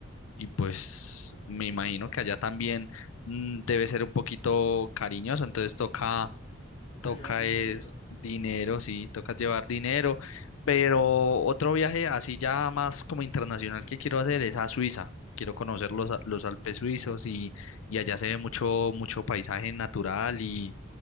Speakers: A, on the left (about 80°); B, on the left (about 30°).
A: Y pues me imagino que allá también mm, debe ser un poquito cariñoso, entonces toca,
B: Toca
A: toca
B: llevar dinerito.
A: es dinero, sí, toca llevar dinero, pero otro viaje así ya más como internacional que quiero hacer es a Suiza. Quiero conocer los, a- los Alpes suizos y, y allá se ve mucho, mucho paisaje natural y